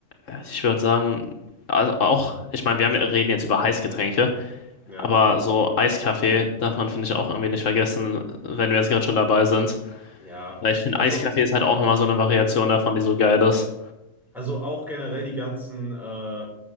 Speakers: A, on the left; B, in the centre.
A: Ja, Ich würde sagen, also auch, ich meine, wir haben, reden jetzt über Heißgetränke,
B: Ja.
A: aber so Eiskaffee darf man, finde ich, auch irgendwie nicht vergessen, wenn wir jetzt gerade schon dabei sind.
B: Ja.
A: Weil ich finde,
B: Also.
A: Eiskaffee ist halt auch nochmal so eine Variation davon, die so geil ist.
B: Also auch generell die ganzen, äh,